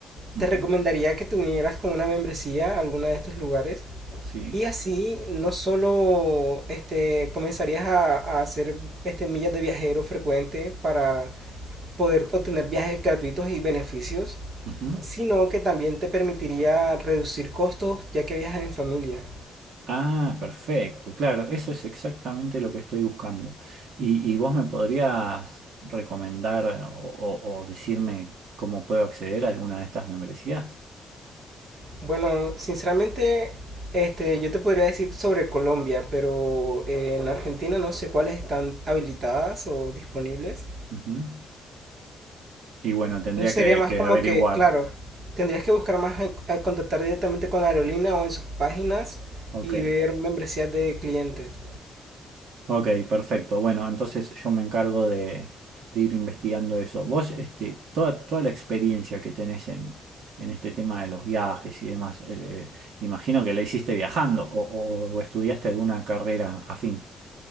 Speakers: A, on the right; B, on the right.
A: Ujú,
B: te recomendaría que te unieras con una membresía a alguno de estos lugares
A: Sí.
B: y así no solo este comenzarías a, a hacer este millas de viajero frecuente para poder obtener viajes gratuitos y beneficios,
A: ujú.
B: sino que también te permitiría reducir costos ya que viajan en familia.
A: Ah, perfecto, claro, eso es exactamente lo que estoy buscando. ¿Y, y vos me podrías recomendar eh, o, o- o decirme cómo puedo acceder a alguna de estas membresías?
B: Bueno, sinceramente, este, yo te podría decir sobre Colombia, pero eh, en Argentina no sé cuáles están habilitadas o disponibles.
A: Ujú. Y bueno, tendría
B: Entonces sería
A: que,
B: más
A: que
B: como
A: averiguar.
B: que, claro, tendrías que buscar más, en- a contactar directamente con la aerolínea o en sus páginas
A: Ok,
B: y ver membresías de clientes.
A: ok, perfecto. Bueno, entonces yo me encargo de, de ir investigando eso. Vos, este, toda, toda la experiencia que tenés en, en este tema de los viajes y demás, eh, eh, imagino que la hiciste viajando o o- o estudiaste alguna carrera afín.